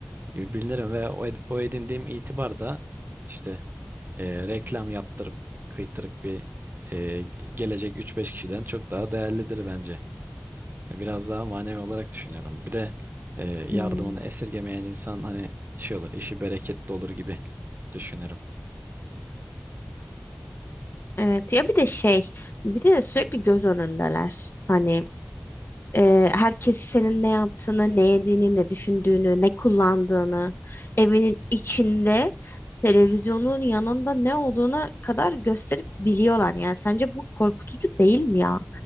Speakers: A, on the right; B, on the left.
A: gibi bilinirim ve o, ed- o edindiğim itibar da işte e, reklam yaptırıp kıytırık bir e, gelecek üç beş kişiden çok daha değerlidir bence. E, Biraz daha manevi olarak düşünüyorum. Bir de e,
B: Hmm.
A: yardımını esirgemeyen insan hani şey olur, işi bereketli olur gibi düşünürüm.
B: Evet ya bir de şey bir de sürekli göz önündeler. Hani e, herkes senin ne yaptığını, ne yediğini, ne düşündüğünü, ne kullandığını, evinin içinde televizyonun yanında ne olduğuna kadar gösterip biliyorlar. Yani sence bu korkutucu değil mi ya?